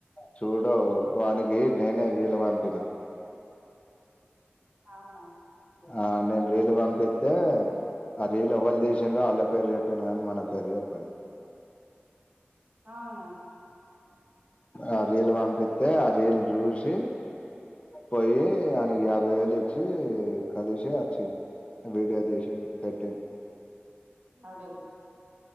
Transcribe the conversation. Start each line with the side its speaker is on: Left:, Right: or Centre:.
Left: చూడ వానికి నేనే వీలు పంపిన
Right: అవునా
Left: ఆ నేను రీలు పంపిస్తతే అ రీళ్ళవళు తీసిండడుో వాళ్ళ పేరు చెప్పాను కానీ మన పేరు చెప్పాను
Right: అవునా
Left: ఆ రీలు పంపిస్తతే ఆ రీల్ చూసి పోయ అ యాభై వేలు ఇచ్చి కలిసి వచ్చిను వీడియో తీసిాను పెట్టాను
Right: అడ